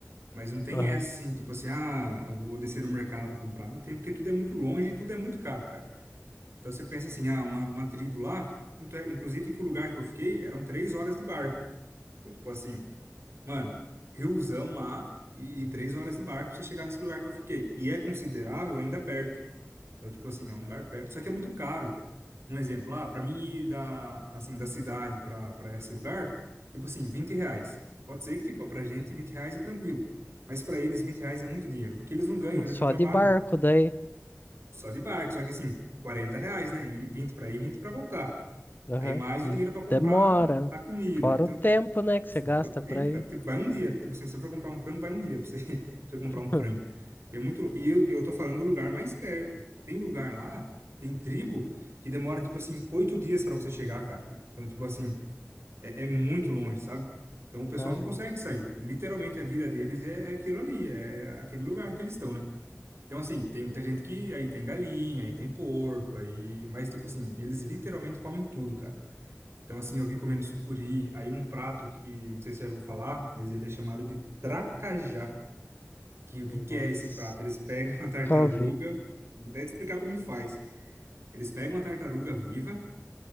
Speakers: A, on the right; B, on the left.
A: Mas não tem
B: Aham.
A: essa assim, tipo assim, ah, eu vou descer no mercado comprar. Não tem, porque tudo é muito longe e tudo é muito caro, cara. Então você pensa assim, ah, uma, uma tribo lá, tanto é- inclusive que o lugar que eu fiquei eram três horas de barco. Então, tipo assim, mano, riozão lá e, e três horas de barco pra você chegar nesse lugar que eu fiquei. E é considerável ainda perto. Então, tipo assim, é um lugar perto, só que é muito caro um exemplo, ah, para mim ir da, assim, da cidade para para esse lugar, tipo assim, 20 reais. Pode ser que, tipo, pra gente 20 reais é tranquilo. Mas para eles 20 reais é muito dinheiro, porque eles não ganham, eles
B: Só
A: não trabalham.
B: de barco daí.
A: Só de barco, só que assim, 40 reais, né? E 20 para ir, 20 para voltar.
B: Aham.
A: Aí mais o
B: E
A: dinheiro para comprar
B: demora.
A: a comida.
B: Fora
A: Então,
B: o tempo, né, que
A: Fora
B: você gasta
A: o tempo,
B: pra
A: cara.
B: ir.
A: Tipo, vai um dia. Tipo assim, se você for comprar um frango, vai um dia pra você, <laughs> pra você comprar
B: <laughs>
A: um frango. É muito... E eu, eu tô falando do lugar mais perto. Tem lugar lá, tem tribo, que demora, tipo assim, oito dias pra você chegar, cara. Então, tipo assim, é, é muito longe, sabe? Então o pessoal
B: Caramba.
A: não consegue sair. Literalmente a vida deles é, é aquilo ali, é aquele lugar que eles estão, né? Então, assim, tem muita gente que aí tem galinha, aí tem porco, aí. Mas, tipo assim, eles literalmente comem tudo, cara. Então, assim, eu vi comendo sucuri, aí um prato que, não sei se já vou falar, mas ele é chamado de tracajá. Que o
B: Nossa.
A: que que é esse prato? Eles pegam <laughs> a tartaruga,
B: Calvi.
A: vou até te explicar como faz. Eles pegam a tartaruga viva